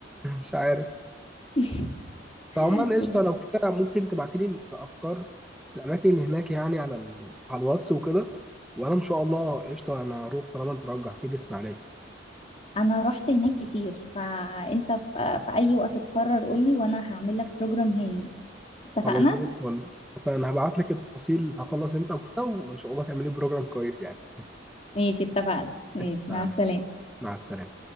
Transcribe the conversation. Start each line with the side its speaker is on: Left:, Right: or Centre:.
Centre: <laughs> مش عارف
Left: <laughs>
Centre: فعموما قشطه
Left: لا.
Centre: لو كده ممكن تبعتيلي الافكار الاماكن اللي هناك يعني على ال... على الواتس وكده وانا ان شاء الله قشطه انا هروح طالما انت رجعتي لي اسماعيليه
Left: انا رحت هناك كتير فانت في, في اي وقت تقرر قولي وانا هعمل لك بروجرام هايل اتفقنا
Centre: خلاص زي الفل فانا هبعت لك التفاصيل هخلص امتى وكده وان شاء الله تعملي بروجرام كويس يعني
Left: ماشي اتفقنا ماشي
Centre: <laughs> اتفقنا
Left: مع السلامة
Centre: مع السلامه